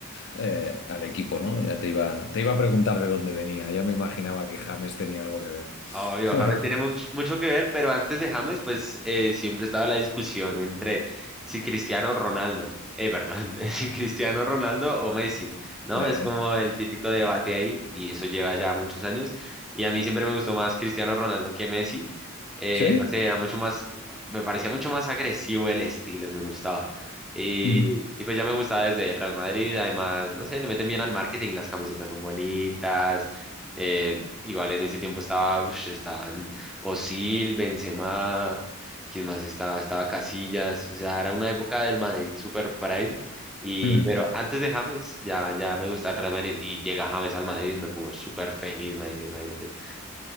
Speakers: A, on the left; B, in the centre.
A: Eh, al equipo, ¿no? Ya te iba, te iba a preguntar de dónde venía, ya me imaginaba que James tenía algo que ver.
B: Obvio, James tiene
A: <laughs>
B: much- mucho que ver, pero antes de James, pues eh, siempre estaba la discusión entre si Cristiano Ronaldo, eh, perdón, <laughs> si Cristiano Ronaldo o Messi, ¿no?
A: Eh,
B: Es como el típico debate ahí, y eso lleva ya muchos años, y a mí siempre me gustó más Cristiano Ronaldo que Messi, eh,
A: ¿Sí?
B: no sé, era mucho más, me parecía mucho más agresivo el estilo, me gustaba. Y,
A: Mm,
B: y pues ya me gustaba desde el Real Madrid, además, no sé, le meten bien al marketing, las camisetas son bonitas eh, Igual en ese tiempo estaba, ush, estaban Osil, Benzema, ¿quién más estaba? Estaba Casillas, o sea, era una época del Madrid super prime, y,
A: mm.
B: pero antes de James ya, ya me gustaba el Real Madrid y llega James al Madrid y me pongo súper feliz, marica, imagínate.